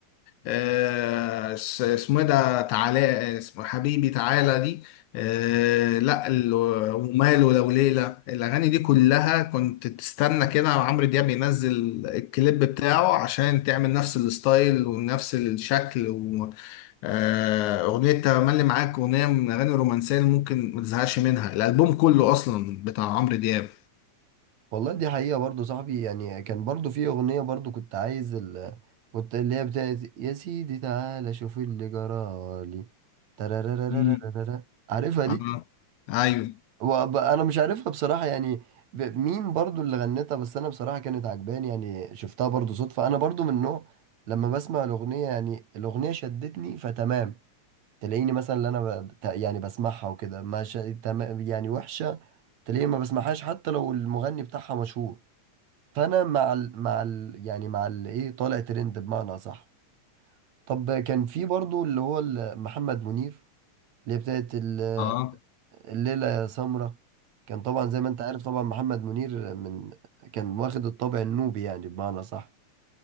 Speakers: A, on the left; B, on the right.
A: آه، اسمه ايه ده تعالى اسمه حبيبي تعالى دي آه لا ال- وماله لو ليلة الأغاني دي كلها كنت تستنى كده عمرو دياب ينزل الكليب بتاعه عشان تعمل نفس الستايل ونفس الشكل و- آه، أغنية تملي معاك أغنية من الأغاني الرومانسية اللي ممكن ما تزهقش منها الألبوم كله أصلا بتاع عمرو دياب
B: والله دي حقيقة برضه صاحبي يعني كان برضه في أغنية برضه كنت عايز ال... كنت اللي هي بتاعت يا سيدي تعالى شوف اللي جرالي ترارارارارارارا
A: مم.
B: عارفها دي؟
A: اه أيوه
B: وب... أنا مش عارفها بصراحة يعني ب... مين برضه اللي غنتها بس أنا بصراحة كانت عجباني يعني شفتها برضه صدفة أنا برضه من نوع لما بسمع الأغنية يعني الأغنية شدتني فتمام تلاقيني مثلا اللي أنا ب... بت- يعني بسمعها وكده ما ش... تمام يعني وحشة تلاقيني ما بسمعهاش حتى لو المغني بتاعها مشهور فانا مع ال مع ال يعني مع ال ايه طالع ترند بمعنى صح طب كان في برضو اللي هو ال- محمد منير اللي هي بتاعت ال-
A: اه
B: الليلة يا سمرة كان طبعا زي ما انت عارف طبعا محمد منير من كان واخد الطابع النوبي يعني بمعنى صح